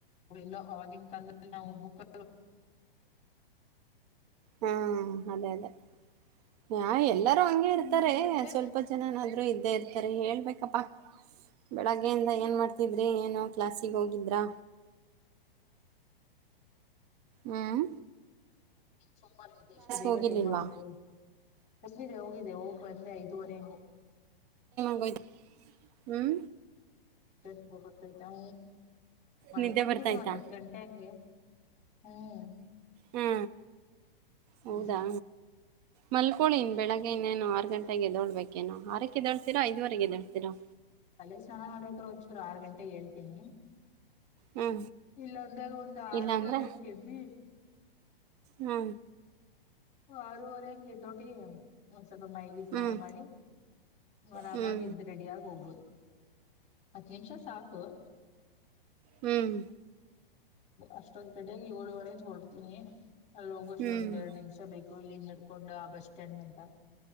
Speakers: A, on the left; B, on the right.
A: ಎಲ್ಲ ಅವವಾಗಿನ ಕಾಲ ನಾವು ಬುಕ್
B: ಹಾ ಅದೇ ಅದೇ ಯ ಎಲ್ಲರೂ ಹಂಗೆ
A: ಹ್ಮ್
B: ಇರ್ತಾರೆ
A: ಮತ್ತೆ
B: ಸ್ವಲ್ಪ ಜನನಾದ್ರು ಇದ್ದೇ ಇರ್ತಾರೆ ಹೇಳ್ಬೇಕಪ್ಪಾ ಬೆಳಗ್ಗೆಯಿಂದ ಏನು ಮಾಡ್ತಿದ್ರಿ ಏನು ಕ್ಲಾಸಿಗೆ ಹೋಗಿದ್ದ್ರಾ ಹ್ಮ್
A: ಸೋಮಾರಐತೆ ಎಷ್ಟು ಬೇಗ
B: ಹೋಗಿರ್ಲಿಲ್ವಾ
A: ಟೈಮ್ ಆಗುತ್ತೆ ಕಮಿದೆ ಹೋಗಿದೆ ಹೋಗ ಬಂದೆ ಐದುವರೆ ಹೆಂಗು
B: ಹ್ಮ್
A: ಹನ ಹ್ಮ ಮಲ್ಕೊಂತೀನಿ
B: ನಿದ್ದೆ ಬರ್ತಾಯ್ತಾ
A: ಒಂದ್ ಹತ್ತು ಗಂಟೆ ಹಂಗೆ ಹ್ಮ್
B: ಹುಂ -ಹೌದಾ
A: ಹ್ಮ್
B: ಮಲ್ಕೊಳ್ಳಳಿ ಇನ್ನು ಬೆಳಗ್ಗೆನ್ನೇನು ಆರು ಗಂಟೆಗೆ ಏದಳ್ಬೇಕು ಆರಕ್ಕೆ ಎದೋಳ್ತೀರಾ ಐದುವರೆಗೆದ್ದಳ್ತೀರಾ
A: ಅಲ್ಲೇ ಸ್ನಾನ ಮಾಡ್ಬೇಕ್ರ ಒಂಚೂರು ಆರು ಗಂಟೆಗೆ ಹೇಳ್ತೀನಿ
B: ಹ್ಞೂ
A: ಇಲ್ಲ ಅಂದಾಗ ಒಂದ್ ಆರೂವರೆ
B: ಇಲ್ಲಾಂದರೆ
A: ಹೆಂಗೆದ್ದಿ
B: ಹ್ಮ
A: ಆರೂವರೆ ಹಂಗೆ ತೋಟಿ ಒಂದ್ ಸ್ವಲ್ಪ ಮೈಗೆ ಸ್ನಾನ
B: ಹ್ಞೂ
A: ಮಾಡಿ ಆರಾಮಾಗಿದ
B: ಹ್ಞೂ
A: ರೆಡಿಯಗ ಹೋಗ್ಬೋದು ಹತ್ ನಿಮಿಷ ಸಾಕು
B: ಹ್ಮ್
A: ಅಷ್ಟೊಂದು ಕಡಾಗಿ ಏಳುವರೆಗೆ ರ್ತೀನಿ ಅ ಲೋಗೋಸೆ
B: ಹ್ಞೂ
A: ಒಂದ್ೆರಡ್ ನಿಮಿಷ ಬೇಕು ಇಲ್ಲಿ ನಡ್ಕೊಂಡು ಆ ಬಸ್ ಸ್ಟ್ಯಾಂಡ್ ಗಂಟ